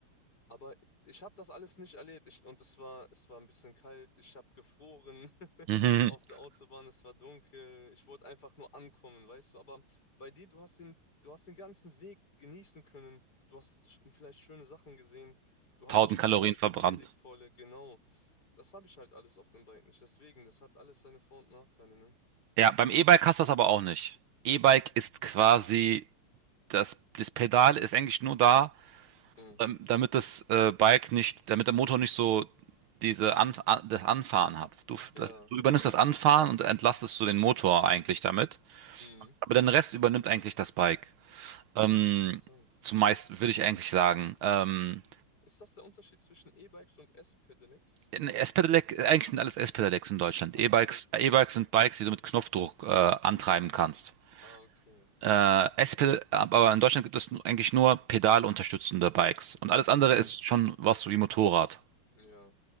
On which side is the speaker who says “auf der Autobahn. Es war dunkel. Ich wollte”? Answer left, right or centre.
Left